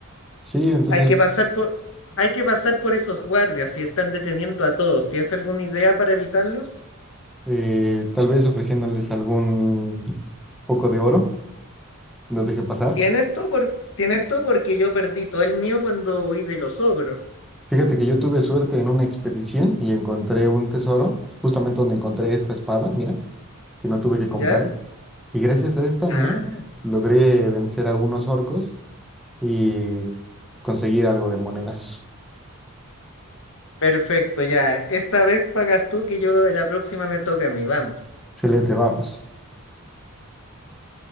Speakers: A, in the centre; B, on the left.
A: Sí, entonces,
B: Hay que pasar por, hay que pasar por esos guardias si están deteniendo a todos. ¿Tienes alguna idea para evitarlos?
A: eh, tal vez ofreciéndoles algún poco de oro, los dejé pasar.
B: Tienes tú, por, tienes tú porque yo perdí todo el mío cuando huí de los ogros,
A: Fíjate que yo tuve suerte en una expedición y encontré un tesoro, justamente donde encontré esta espada, mira, que no tuve que comprar.
B: ¿ya?
A: Y gracias a esta,
B: Ah,
A: mira, logré vencer a unos orcos y conseguir algo de monedas.
B: perfecto, ya. Esta vez pagas tú que yo la próxima me toca a mí, vamos.
A: Excelente, vamos.